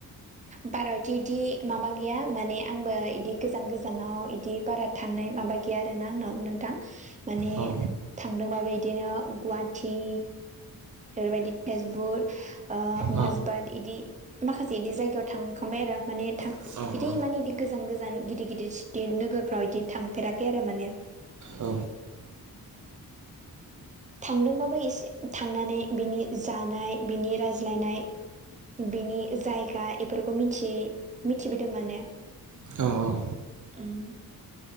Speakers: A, on the right; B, on the right.
A: बारहथि इदि माबा गैया माने आंबो इदि गोजान गोजानाव इदि बारा थांनाय माबा गैया आर ना आंनाव नोंथां माने
B: औ
A: थांदोंबाबो इदिनो गुवाहाटि बेफोरबायदि तेजपुर
B: औ
A: माजबाद इदि माखासे बिदि जायगायाव थांखांबाय आरो माने थां
B: औ
A: बिदि मानि इदि गोजान गोजान गिदिर गिदिर सिटि नोगोरफ्राव इदि थांफेराखै आरो माने
B: औ
A: थांदोंबाबो एसे थांनानै बिनि जानाय बिनि रायज्लायनाय बिनि जायगा बेफोरखौ मिथियै मिथिबोदों माने
B: औ औ
A: उम